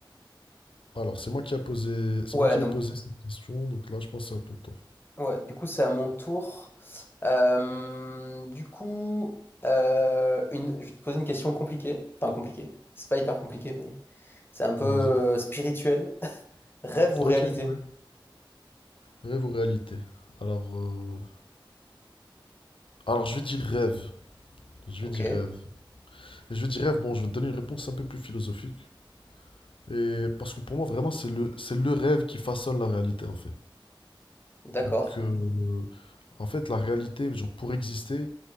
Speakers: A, on the left (about 80°); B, on the left (about 25°).
A: Alors, c'est moi qui a posé, c'est
B: Ouais,
A: moi qui
B: donc...
A: ai posé cette question, donc là, je pense que c'est à ton tour.
B: Ouais, du coup, c'est à mon tour. Euh, du coup, euh, une, je vais te poser une question compliquée. Enfin, compliquée. C'est pas hyper compliqué, mais c'est un peu
A: Vas-y.
B: euh, spirituel. <laughs> Rêve ou
A: Ok,
B: réalité?
A: carré. Rêve ou réalité? Alors, euh, alors je vais dire rêve. Je
B: Ok,
A: vais dire rêve. Et je vais dire rêve, bon, je vais te donner une réponse un peu plus philosophique. Et parce que pour moi, vraiment, c'est le, c'est le rêve qui façonne la réalité, en fait.
B: d'accord.
A: Donc, euh, en fait, la réalité, genre, pour exister,